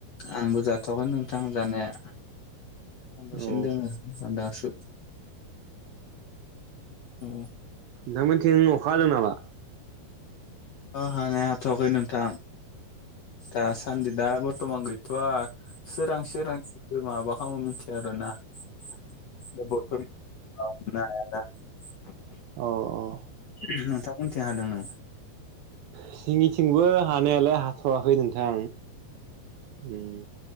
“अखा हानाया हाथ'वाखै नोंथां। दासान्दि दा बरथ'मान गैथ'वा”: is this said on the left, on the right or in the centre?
Left